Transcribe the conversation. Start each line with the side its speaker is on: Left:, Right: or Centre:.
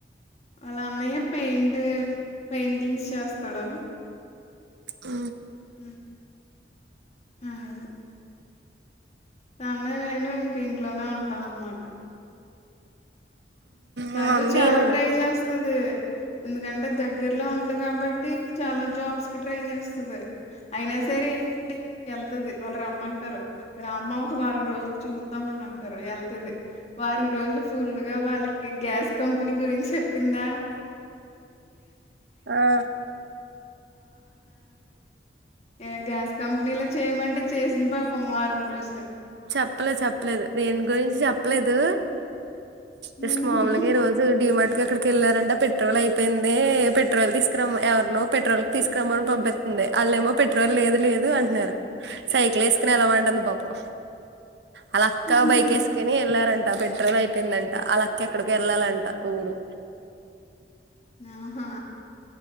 Left: వాళ్ళ అన్నయ్య పెయింట్ పెయింటింగ్స్ చేస్తాడు
Right: అ
Left: అ హ్మ్ తను నేను ఇంక ఇంట్లోనే ఉంటాం అన్నమాట తను
Right: మమ్మీ
Left: చాలా
Right: నువ్వు
Left: ట్రై చేస్తది ఎందుకంటే దగ్గరలో ఉంది కాబట్టి చాలా జాబ్స్ కి ట్రై చేస్తది అయినా అయినా సరే ఏంటి వెళ్తుది వాళ్ళు రమ్మంటరు రామ్మా ఒక వారం రోజుల చూ అంటారు వెళ్తది వారం రోజులు ఫుల్లుగా వాళ్ళకి గ్యాస్ కంపెనీ గురించి చె తిందా
Right: ఆ
Left: ఏ గ్యాస్ కంపెనీలో చేయమంటే చేసింది పాపం వారం రోజులు
Right: చెప్పలేదు చెప్పలేదు నేను గురించి చెప్పలేదు జస్ట్
Left: ఉహు
Right: మామూలుగా ఈరోజు డీ మార్ట్ ఇక అక్కడికి వెళ్ళారంట పెట్రోల్ అయిపోయింది పెట్రోల్ తీసుకురమ్ ఎవరినో పెట్రోల్ కి తీసుకురమ్మని పంపిత్ వాళ్ళేమో పెట్రోల్ లేదు లేదు అంటున్నారు సైకిల్ వేసుకుని వెళ్ళమంటుంది పాపం ఆళ్ళక్క
Left: ఉహు
Right: బైక్ ఎస్కోని వెళ్ళారంట పెట్రోల్ అయిపోయిందంట ఆళ్ళ అక్క ఎక్కడికో వెళ్ళాలంట ఊరు
Left: ఆహా